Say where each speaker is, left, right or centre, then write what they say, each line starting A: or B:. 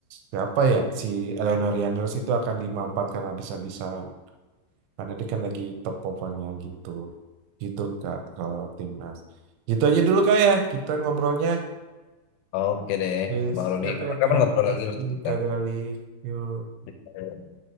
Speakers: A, on the right; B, on the left.
A: siapa ya si Eleanor Yanners itu akan dimampatkan habis-habisan karena dia kan lagi top performanya gitu gitu kak kalau timnas gitu aja dulu kak ya kita ngobrolnya
B: oke deh
A: Please.
B: Bang Roni
A: Siapa
B: kapan-kapan
A: ya kak
B: ngobrol
A: makasih
B: lagi lah
A: kak Gali yuk
B: kita